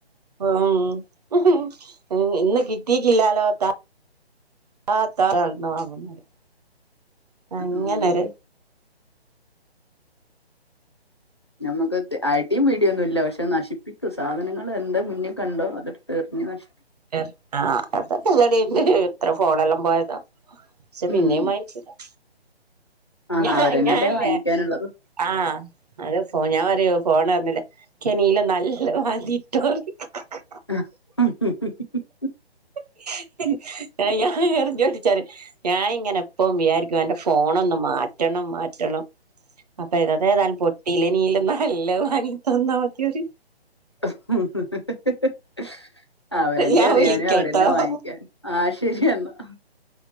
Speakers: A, on the right; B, on the left.
A: ഉം <unintelligible> ഇന്ന് കിട്ടീക്കില്ലാലോ ത ത്താ ന്ന് <unintelligible> വാങ്ങും ന്നറിയ അങ്ങനരു
B: ഉം ഞമ്മക്ക്‌ ത് അടിം പിടിയൊന്നുല്ല പഷേ നശി പ്പിക്കും സാധനങ്ങൾ എന്താ മുന്നിൽ കണ്ടോ അതെട്ത്ത് എറിഞ്ഞ് നശി
A: <unintelligible> ആഹ് അതൊക്കെ ഇവടിം ണ്ട് എത്ര ഫോണെല്ലാം പോയതാ ഷേ പിന്നേം
B: ഉം
A: വാങ്ങിചെരും
B: ആഹ്
A: ഞ
B: അവരെന്നെല്ലേ
A: ഞായില്ലേ
B: വാങ്ങിക്കാനുള്ളത്
A: ആഹ് അത് ഞാൻ പറയു ഫോണെർഞ്ഞ്ല്ലെ ക്ക്‌ ല്ലെ നല്ലെ വാങ്ങിറ്റോറിം <unintelligible>
B: അ <unintelligible>
A: <unintelligible> ഞാ എറിഞ്ഞോട്ടിച്ചാറിം ഞായിങ്ങനെ എപ്പൊവും വിചാരിക്കും എന്റെ ഫോണൊന്നു മാ റ്റണം മാറ്റണം അപ്പൊ ഇതത് ഏതായാലും പൊട്ടീലെ ഇനിയീലും ന നല്ലത് വാങ്ങിത്തന്നാ മതി റിം
B: <unintelligible> അവരെന്നെ
A: ഞാൻ
B: എറിയാനും
A: വിളിക്കാട്ടോ
B: അവരെന്നെ വാങ്ങിക്ക്യാനും ആഹ് ശരിയെന്നാ